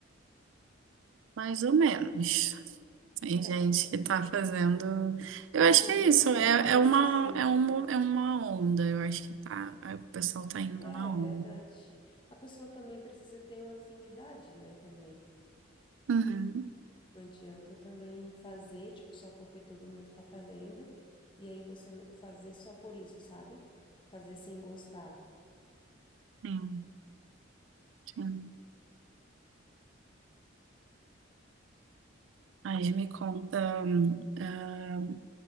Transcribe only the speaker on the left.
É,
é,
tem
gente
que
só faz
isso, né?
É,
verdade. A pessoa também precisa ter uma afinidade, né? Também.
Não adianta também fazer, tipo, só porque todo mundo está fazendo, e aí você n- fazer só por isso, sabe? Fazer sem gostar.